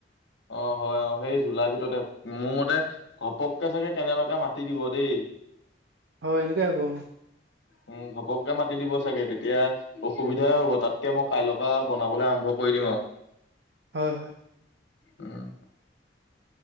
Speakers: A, on the left; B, on the right.
A: অ হয় অ সেই জুলাই ভিতৰতে মোৰ মতে- ঘপককে চাগে কেনেলৈকে মাতি দিব দেই-
B: হয় এনেকে হ'ব অ
A: উম ঘপককে মাতি দিব চাগে তেতিয়া। অসুবিধাই হ'ব তাতকে মই কাইল পা বনাবলে আৰম্ভ কৰি দিম আও।
B: হয়, হয়
A: উম